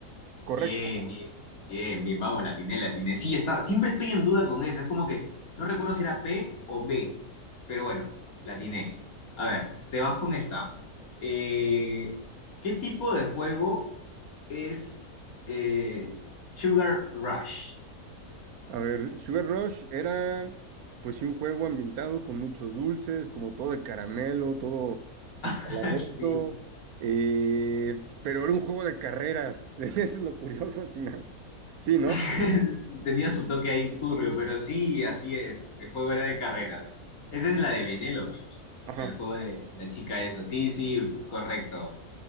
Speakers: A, on the right; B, on the left.
A: correcto.
B: Bien, bien, bien, bien, vamos, la atiné, la atiné. Sí, está, siempre estoy en duda con eso, es como que no recuerdo si era P o B, pero bueno, la atiné. A ver, te vas con esta. Eh, ¿qué tipo de juego es eh, Sugar Rush?
A: A ver, Sugar Rush era pues sí un juego ambientado con muchos dulces, como todo de caramelo, todo empalagoso,
B: <laughs> Sí,
A: eh, pero era un juego de carreras, <laughs> eso es lo curioso al final. Sí, ¿no?
B: <laughs> tenía su toque ahí turbio, pero sí, así es, el juego era de carreras. Esa es la de Benélope, pues,
A: Ajá.
B: el juego de, de la chica esa, sí, sí, correcto.